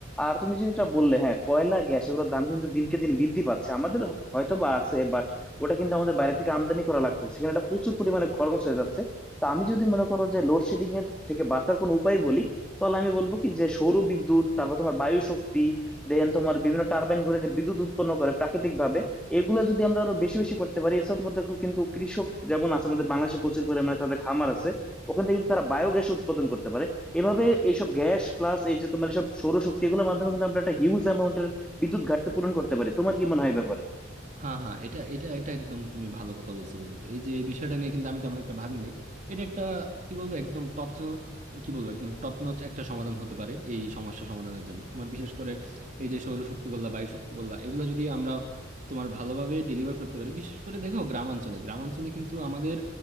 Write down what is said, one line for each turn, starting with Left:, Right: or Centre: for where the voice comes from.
Centre: আর তুমি যেটা বললে হ্যাঁ কয়লা গ্যাস এগুলোর দাম কিন্তু দিনকে দিন বৃদ্ধি পাচ্ছে আমাদের হয়তো বা আছে ওটা কিন্তু আমাদের বাইরে থেকে আমদানি করা লাগতেছে সেখানে একটা প্রচুর পরিমাণে খরচ হয়ে যাচ্ছে তো আমি যদি মনে করো যে লোডশেডিং এর থেকে বাঁচার কোনো উপায় বলি তাহলে আমি বলবো কি যে সৌর বিদ্যুৎ তারপর তোমার বায়ু শক্তি দেন তোমার বিভিন্ন টারবাইন ঘুরে যে বিদ্যুৎ উৎপন্ন করে প্রাকৃতিক ভাবে এগুলো যদি আমরা আরো বেশি বেশি করতে পারি এছাড়া তোমাদের খুব কিন্তু কৃষক যেমন আছে আমাদের বাংলাদেশে প্রচুর পরিমাণে তাদের খামার আছে ওখান থেকে কিন্তু তারা বায়োগ্যাস উৎপাদন করতে পারে এভাবে এইসব গ্যাস প্লাস এই যে তোমার সব সৌরশক্তি এগুলোর মাধ্যমে কিন্তু আমরা একটা হিউজ অ্যামাউন্টের বিদ্যুৎ ঘাটতি পূরণ করতে পারি তোমার কি মনে হয় এ ব্যাপারে
Right: হ্যাঁ হ্যাঁ এটা এটা এটা একদম তুমি ভালো কথা বলছো বন্ধু এই যে বিষয়টা নিয়ে কিন্তু আমি তেমন একটা ভাবি নাই এটা একটা কি বলবো একদম টপ কি বলবো একদম টপ নচ একটা সমাধান হতে পারে এই সমস্যা সমাধানের জন্য তোমার বিশেষ করে এই যে সৌরশক্তি বললা বায়ু শক্তি বললা এগুলো যদি আমরা তোমার ভালোভাবে ডেলিভার করতে পারি বিশেষ করে দেখো গ্রামাঞ্চলে গ্রামাঞ্চলে কিন্তু আমাদের